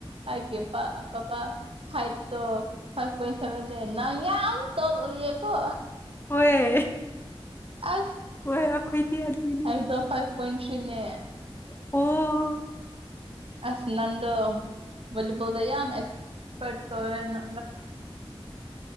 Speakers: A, on the right; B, on the left.
A: ꯍꯥꯏꯦ ꯄ ꯄꯄꯥ ꯐꯥꯏ ꯇꯣ ꯐꯥꯏꯚ ꯄꯣꯏꯟ ꯁꯦꯚꯦꯟ ꯂ ꯅ ꯌꯥꯝ ꯇꯜ ꯎꯌꯦꯀꯣ
B: ꯍꯣꯏ
A: ꯑ
B: ꯍꯣꯏ ꯑꯩꯈꯣꯏꯗꯤ ꯑꯗꯨꯅꯦ
A: ꯑꯩꯗ ꯐꯥꯏꯚ ꯄꯣꯏꯟ ꯊ꯭ꯔꯤꯅꯦ
B: ꯑꯣ
A: ꯑꯁ ꯅꯗꯨ ꯜꯂꯤꯕꯣꯜꯗ ꯅ ꯑꯦꯛꯁꯄꯔꯠ ꯇꯧꯋꯦ ꯅ